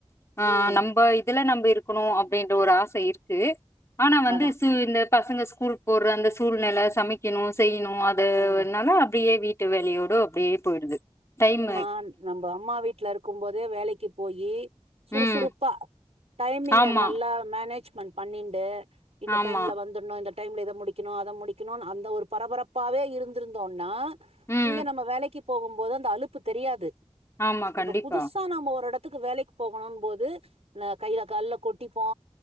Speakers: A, on the left (about 25°); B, on the right (about 65°).
A: ஆ
B: ம்
A: நம்ப இதுல நம்ம இருக் இருக்கணு அப்படின்ற ஒரு ஆச இருக்கு ஆனா வந்து
B: அதா
A: இந்த பசங்க ஸ்கூல் போறஅந்த சூழ்நில சமைக்கணு செய்ணு அதுனால
B: ம்
A: அப்டியே வீட் டு வேலையோடு அப்டியே போயிடுது டைம்
B: நா நம்ம அம்மா வீட்ல இருக்கும் போதே வேலைக்கி போயி சுறுசுறுப்பா
A: ம்
B: டைமிங்க
A: ஆமா,
B: நல்லா மேனேஜ்மன் பண்ணிட்டு இந்த
A: ஆமா.
B: டைம்ல வந்து வந்துனு டைம்ல முடிக்கணு அத முடிக்கணு அந்த ஒரு பரபரப்பாவே இருந்திருந்தோனா
A: ம்
B: இங்க நம்ம வேலைக்கு போ போது அந்த அலப்பு தெரியாது
A: ஆமா
B: இப்ப
A: கண்டிப்பா.
B: புதுசா நம்ம ஒரு இட த்துக்கு வேலைக் போகணுன் போது இந்த கையில கால்ல கொட்டிப்போ